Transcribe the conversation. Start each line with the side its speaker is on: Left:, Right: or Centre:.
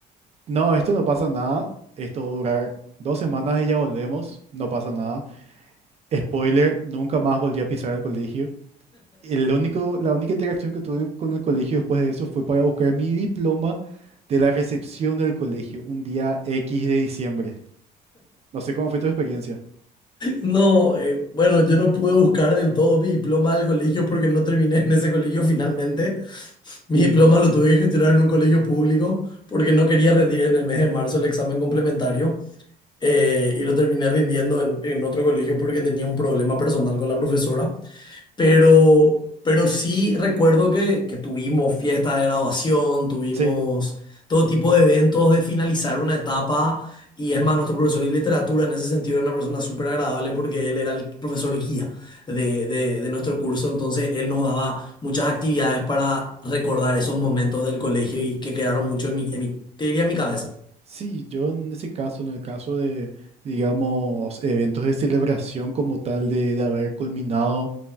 Right: No, esto no pasa nada. Esto va a durar dos semanas y ya volvemos. No pasa nada. Spoiler, nunca más volví a pisar el colegio. El único, la única interacción que tuve con el colegio después de eso fue para buscar mi diploma de la recepción del colegio, un día X de diciembre. No sé cómo fue tu experiencia.
Left: No, eh, bueno, yo no pude buscar del todo mi diploma del colegio porque no terminé en ese colegio finalmente. Mi diploma lo tuve que gestionar en un colegio público porque no quería rendir en el mes de marzo el examen complementario eh, y lo terminé rindiendo en, en otro colegio porque tenía un problema personal con la profesora. Pero, pero sí recuerdo que, que tuvimos fiesta de graduación, tuvimos
Right: Sí.
Left: todo tipo de eventos de finalizar una etapa. Y es más, nuestro profesor de literatura en ese sentido era una persona súper agradable porque él era el profesor guía de, de, de nuestro curso. Entonces él nos daba muchas actividades para recordar esos momentos del colegio y que quedaron mucho en mi, en mi, te diría en mi cabeza.
Right: Sí, yo en ese caso, en el caso de, digamos, eventos de celebración como tal de, de haber culminado